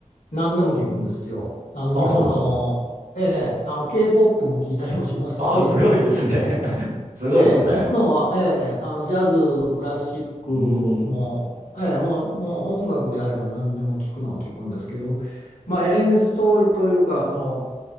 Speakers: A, on the left; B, on the right.
A: 何でも聞くんですよ。あの、
B: あ、
A: 日本の、
B: そうなんですね。
A: ええ、あの、K-POP も聞いたりもしますし、
B: あ、<laughs> すごいですね。<laughs> すごいですね。
A: ええ、聞くのは、ええ、あの、ジャズ、クラシックも、
B: うーん。
A: ええ、もう、もう音楽であれば何でも聞くのは聞くんですけど、まあ、演奏というか、あの、